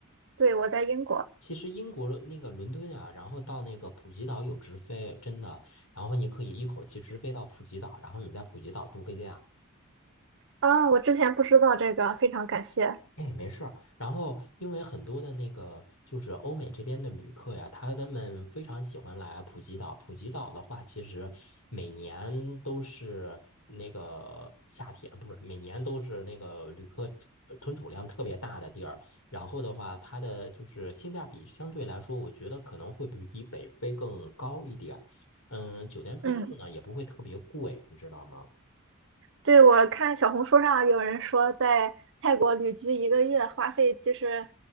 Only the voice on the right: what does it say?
对，我在英国。
啊，我之前不知道这个，非常感谢。
嗯，
对，我看小红书上有人说，在泰国旅居一个月花费就是，